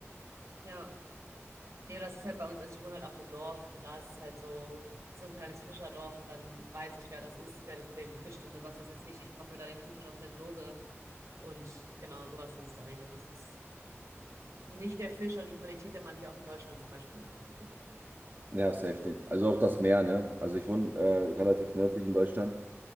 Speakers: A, on the right (about 75°); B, on the right (about 40°).
A: ja. Nee, und das ist halt bei uns, also ich wohne halt auf einem Dorf und da ist es halt so, so ein kleines Fischerdorf und dann weiß ich, wer das ist, der das, den fischt und sowas. Das ist jetzt nicht, ich kaufe mir da den Thunfisch aus der Dose und genau, sowas ist es da nicht. Also es ist nicht der Fisch oder die Qualität, den man hier auch in Deutschland zum Beispiel bekommt, auf jeden Fall.
B: Ja, safe nicht. Also auch das Meer, ne? Also ich wohne äh, relativ nördlich in Deutschland